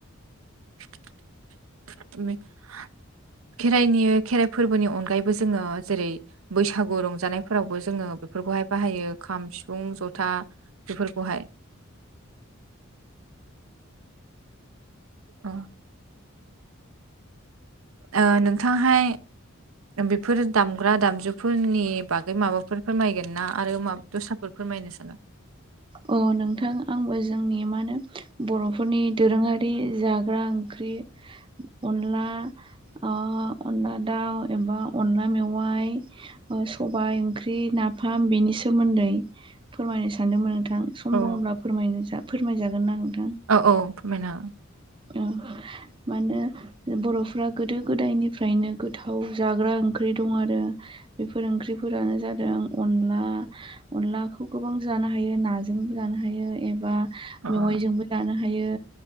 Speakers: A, on the right; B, on the right.
A: <unintelligible> खेराइनि खेराइ फोरबोनि अनगायैबो जोङो जेरै बैसागु रंजानाय फोरावबो जोङो बेफोरखौहाय बाहायो खाम सिफुं जथा बेफोरखौहाय अ <inaudible> ओ नोंथाङाहाय बेफोर दामग्रा दामजुफोरनि बागै माबाफोर फोयगोन ना आरो मा दस्राफोर फोरमायनो साना
B: अ नोंथां आंबो जोंनि मा होनो बर'फोरनि दोरोङारि जाग्रा ओंख ख्रि अनला आ अनला दाउ एबा अनला मेउयाइ ओ सबाय ओंख्रि नाफाम बेनि सोमोन्दै फोरमायनो स सानदोंमोन नोंथां सम
A: औ
B: दङब्ला फोरमायजागोन ना नोंथां
A: औ औ फोरमायना
B: ओ मानो बर'फोरा गोदो गोदायनिफ्रायनो गोथाव जाग्रा ओंख्रि दं आरो। बेफोर ओंख्रिफोरानो जादों अनला अनलाखौ गोबां जानो हायो नाजोंबो जानो हायो एबा
A: हागोन
B: मेवाइजोंबो जानो हायो।